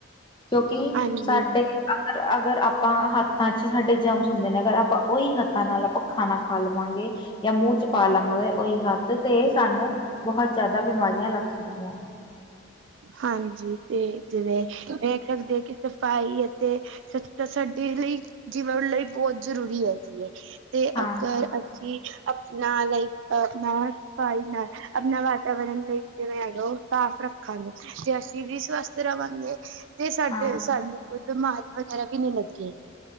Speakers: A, on the left; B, on the right.
A: ਕਿਉਂਕਿ
B: ਹਾਂਜੀ
A: ਸਾਡੇ ਅਗਰ-ਅਗਰ ਆਪਾਂ ਹੱਥਾਂ ਚ ਸਾਡੇ ਜਮਸ ਹੁੰਦੇ ਨੇ ਅਗਰ ਆਪਾਂ ਉਹੀ ਹੱਥਾਂ ਨਾਲ ਆਪਾਂ ਖਾਣਾ ਖਾ ਲਵਾਂਗੇ ਯਾ ਮੂੰਹ ਚ ਪਾ ਲਵਾਂਗੇ ਉਹੀ ਹੱਥ ਤੇ ਸਾਨੂੰ ਬੋਹਤ ਜਾਦਾ ਬਿਮਾਰੀਆਂ ਲੱਗ ਸਕਦੀਆਂ ਨੇ।
B: ਹਾਂਜੀ ਤੇ ਜਿਵੇਂ ਵੇਖ ਸਕਦੇ ਹੋ ਕਿ ਸਫ਼ਾਈ ਅਤੇ ਸਤਾ ਸਾਡੇ ਲਈ ਜੀਵਨ ਲਈ ਬੋਤ ਜ਼ਰੂਰੀ ਹੈਗੀ ਐ। ਤੇ
A: ਹਾਂ,
B: ਅਗਰ ਅਸੀਂ ਆਪਣਾ ਲਾਈਫ ਪਾ <unintelligible> ਆਪਣਾ ਵਾਤਾਵਰਨ ਲਈ ਜਿਵੇਂ ਹੈਗਾ ਸਾਫ਼ ਰੱਖ ਖਾਨੇ ਆ ਤੇ ਅਸੀਂ ਵੀ ਸਵਸਥ ਰਵਾਂਗੇ ਤੇ ਸਾਡੇ
A: ਹਾਂ,
B: ਸਾਨੂੰ ਕੋਈ ਬਿਮਾਰੀ ਵਗੈਰਾ ਵੀ ਨੀ ਲੱਗੇਗੀ।